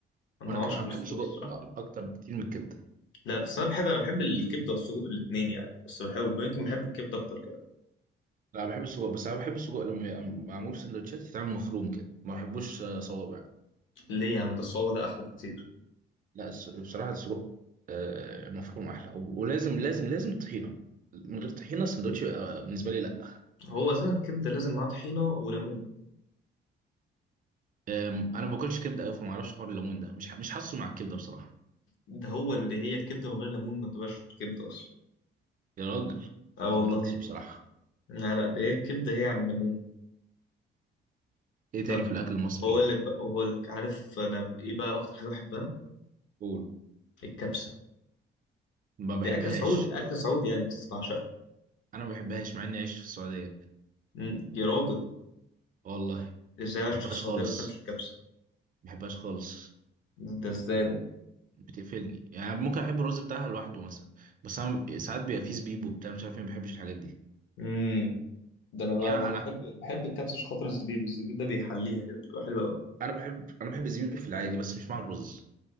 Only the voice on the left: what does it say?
انا
عاشق
للسجق
الصراحة
لا بس انا بحب انا بحب الكبدة والسجق الاتنين يعني بس بحب يمكن بحب الكبدة اكتر كمان
ليه يعني ده الصوابع ده احلى بكتير
هو اصلا الكبدة لازم معاها طحينة وليمون
ده هو اللي هي الكبدة من غير ليمون ما تبقاش كبدة اصلا
اه
والله
يعني
لا لا ده هي الكبدة هي عن الليمون
طب
هقول لك بقى وهقول لك عارف انا ايه بقى اكتر حاجة بحبها
الكبسة
دي اكل سعودي اكل سعودي يعني بس بعشقها
مم. يا راجل
ازاي عايش
في السعوديه
ما بتحبش الكبسه
ده ده ازاي ده
امم ده انا بقى
ده انا
بحب بحب الكبسه عشان خاطر الزبيب الزبيب ده بيحليها كده بتبقى حلوه قوي